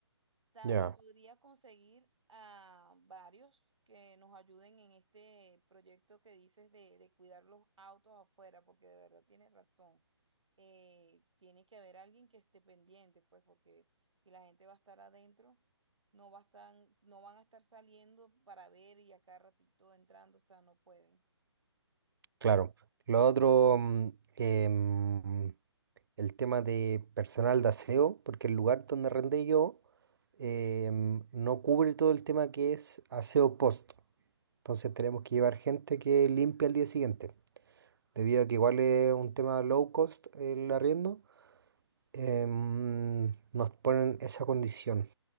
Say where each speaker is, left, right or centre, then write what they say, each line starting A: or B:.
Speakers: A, on the right; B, on the right.
A: ta-
B: Ya.
A: podría conseguir a varios que nos ayuden en este proyecto que dices de, de cuidar los autos afuera, porque de verdad tienes razón. Eh, tiene que haber alguien que esté pendiente, pues, porque si la gente va a estar adentro, no va a estar- no van a estar saliendo para ver y acá ratito entrando, o sea, no pueden.
B: Claro. Lo otro, mm, que, mm, el tema de personal de aseo, porque el lugar donde arrendé yo eh, mm, no cubre todo el tema que es aseo post. Entonces tenemos que llevar gente que limpie al día siguiente. Debido a que igual es un tema low cost el arriendo, eh, mm, nos ponen esa condición.